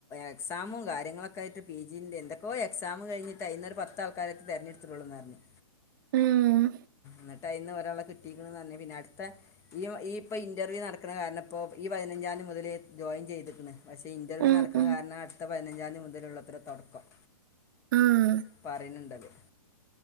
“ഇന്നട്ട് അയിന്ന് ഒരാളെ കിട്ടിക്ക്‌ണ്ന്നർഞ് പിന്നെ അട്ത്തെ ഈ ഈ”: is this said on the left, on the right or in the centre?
Left